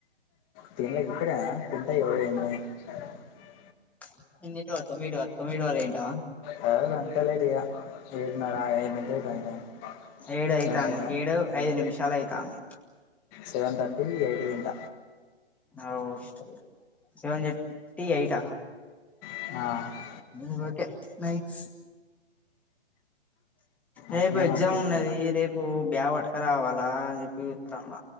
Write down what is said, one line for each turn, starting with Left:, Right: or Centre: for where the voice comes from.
Left: తిన్లేకి ఇప్పుడేనా తింటే <unintelligible>
Centre: <unintelligible> మీడువారే ఇంటా
Left: రోజూ అంతే లేట్ ఇగ ఏడున్నర ఎనిమిది అవుతా <inaudible>
Centre: ఏడు అయితాంది
Left: సాయద
Centre: ఏడు
Left: మ
Centre: ఐదు నిమిషాలు అయితాంది
Left: సెవెన్ థర్టీ ఎయిట్ గిన్క
Centre: అవు వస్తది సవెన్ థర్టీ ఎయిట్ ఆ
Left: ఆ
Centre: దీన్ తోటే నైట్స్ రేపు
Left: అట్లనే
Centre: ఎగ్జామ్
Left: మంచిది
Centre: ఉన్నది రేపు బ్యాగ్ పట్క రావాలా అని చెప్పి చూత్తన్న